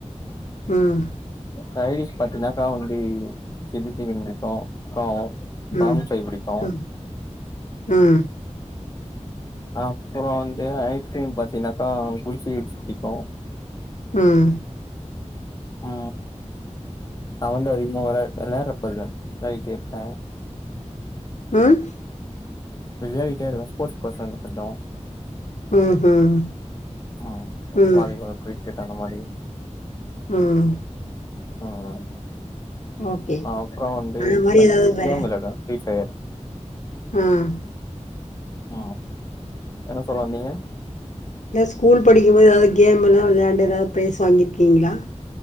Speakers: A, on the left; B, on the left.
A: ம்
B: சைனஷ் பாத்தீனாக்கா வந்து சில்லி சீக்கன் புடிக்கு ஆ
A: ம்
B: பாங்ஷாய் பிடிக்கு
A: ம் ம்
B: அப்பற வந்து ஐஸ்கிரீம் பாத்தீங்கனாக்கா குல்பி ஜஸ் பிடிக்கு
A: ம்
B: ஆ நா வந்து அதிகமா விளா விளையாடுறப் புள்ள விளையாடுட்ருப்பே
A: ம்
B: விளையாடிட்ட இருப்பே ஸ்போர்ட்ஸ் பசன் கொஞ்ச
A: ம்ஹும்
B: ம்
A: ம்
B: வாலிபால் கிரிக்கெட் அந்த மாரி
A: ம்
B: ம்
A: ஓகே
B: அப்பற வந்து
A: அந்த மாரி
B: கொஞ்ச
A: ஏதாவது வே
B: கேம் விளையாடுவே ஃப்ரீ ஃபயர்
A: ம்
B: ஆ என்ன சொல்ல வந்தீங்க
A: இல்ல ஸ்கூல் படிக்கு போது எதாவது கேம் எலா வெளாண்டு எதாவது ப்ரைஸ் வாங்கியிருக்கீங்களா